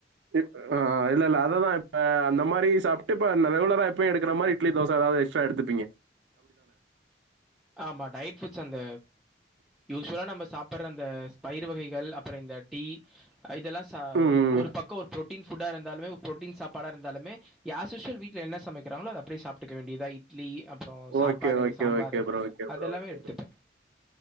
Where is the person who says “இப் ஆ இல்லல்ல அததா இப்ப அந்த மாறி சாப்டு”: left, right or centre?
Right